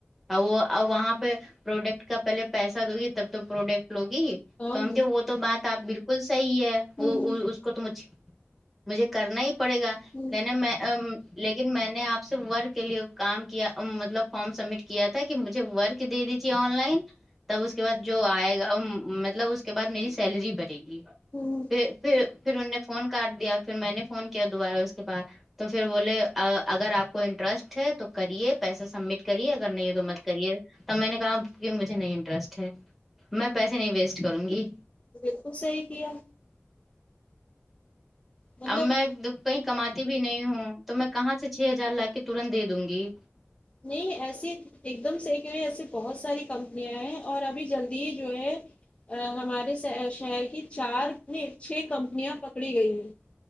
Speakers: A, in the centre; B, on the left.
A: اور وہ وہاں پہ پروڈکٹ کا پہلے پیسہ دو گی تب تو پروڈکٹ لوگی
B: کون
A: تو ہم کہ وہ تو بات آپ بالکل صحیح ہے وہ
B: ہوں
A: تو مجھ مجھے کرنا ہی پڑے گا
B: ہوں
A: نہیں نہیں میں آ لیکن میں نے آپ سے ورک کے لیے کام کیا ام مطلب فارم سبمٹ کیا تھا کہ مجھے ورک دے دیجیے آن لائن تب اس کے بعد جو آئے گا مطلب اس کے بعد میری سیلری بڑھے گی
B: ہوں
A: پھر پھر ان نے فون کاٹ دیا پھر میں نے فون کیا دوبارہ اس کے بعد تو پھر بولے اگر آپ کو انٹرسٹ ہے تو کریے پیسہ سبمٹ کریے اگر نہیں ہے تو مت کریے تب میں نے کہا کہ مجھے نہیں انٹرسٹ ہے میں پیسے نہیں ویسٹ کروں گی
B: بالکل صحیح کیا مطلب
A: اب میں کہیں کماتی بھی نہیں ہوں تو میں کہاں سے چھ ہزار لا کے ترنت دے دوں گی
B: نہیں ایسی ایک دم صحیح کہہ رہے ہے ایسے بہت ساری کمپنیاں ہیں اور ابھی جلدی جو ہے ہمارے شہر کی چار نی چھ کمپنیاں پکڑی گئی ہیں